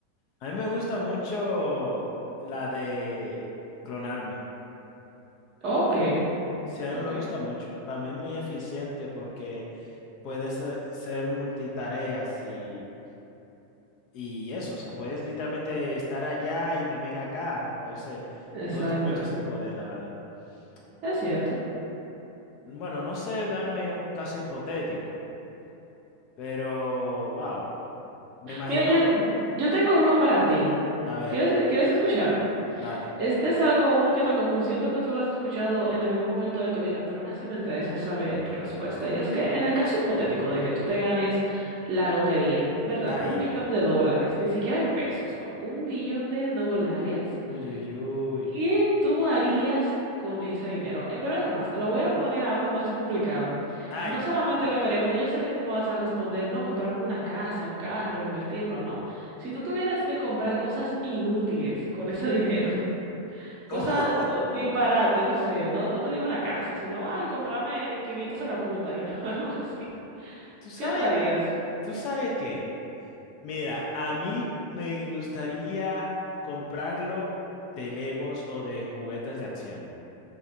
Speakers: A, on the left; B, on the right.
A: A mí me gusta mucho la de clonarme.
B: Ok,
A: Sí, a
B: ok.
A: mí me gusta mucho. Para mí es muy eficiente porque puedes eh, ser multitareas y, y eso. O sea, puedes literalmente estar allá y también acá. Entonces,
B: Exacto.
A: me gusta mucho ese poder, la verdad.
B: Es cierto.
A: Y, bueno, no sé darme un caso hipotético, pero wow. Me imagino.
B: Mira, yo, yo tengo uno para ti.
A: A ver,
B: ¿Quieres, quieres escucharlo?
A: dale.
B: Este es algo un poquito común, siento que tú lo has escuchado en algún momento de tu vida, pero aún así me interesa saber tu respuesta. Y es que en el caso hipotético de que tú te ganes la lotería, ¿verdad?
A: Ay.
B: Un millón de dólares, ni siquiera en pesos, no, un millón de dólares,
A: Uy, uy, uy.
B: ¿qué tú harías con ese dinero? Eh, pero es más, te lo voy a poner aún más complicado.
A: Ay.
B: No solamente qué tú harías, porque yo sé que tú me vas a responder, no comprarme una casa, un carro, invertirlo, no. Si tú tuvieras que comprar cosas inútiles con ese <laughs> dinero. Cosas
A: <laughs>
B: disparate, no sé, no, no me diga una casa, sino, ay, cómprame 500 sacapuntas y algo, <laughs> algo así.
A: ¿Tú sabes
B: ¿Qué tú harías?
A: qué? ¿Tú sabes qué? Mira, a mí me gustaría comprarlo de Legos o de juguetes de acción.